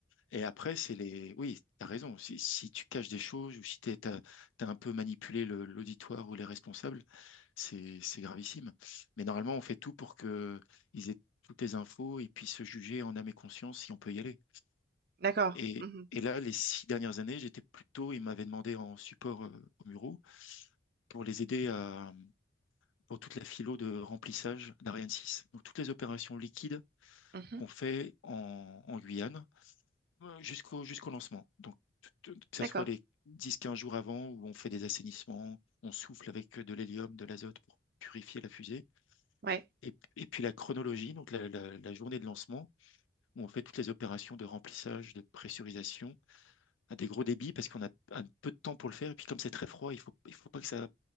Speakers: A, on the left; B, on the right.
A: Et après, c'est les... Oui, t'as raison. Si, si tu caches des choses ou si t'es, t'as, t'as un peu manipulé le- l'auditoire ou les responsables, c'est, c'est gravissime. Mais normalement, on fait tout pour que ils aient toutes les infos et puissent se juger en âme et conscience si on peut y aller.
B: D'accord.
A: Et,
B: Mhm.
A: et là, les six dernières années, j'étais plutôt... Ils m'avaient demandé en support euh, aux Mureaux pour les aider à... pour toute la philo de remplissage d'Ariane 6. Donc, toutes les opérations liquides
B: Mhm.
A: qu'on fait en, en Guyane, euh, jusqu'au jusqu'au lancement. Donc, tout- tout- que ce
B: D'accord.
A: soit les dix quinze jours avant où on fait des assainissements, on souffle avec euh, de l'hélium, de l'azote pour purifier la fusée.
B: Ouais.
A: Et, et puis la chronologie, donc la, la- la journée de lancement, où on fait toutes les opérations de remplissage, de pressurisation à des gros débits parce qu'on a un peu de temps pour le faire. Et puis comme c'est très froid, il faut, il faut pas que ça,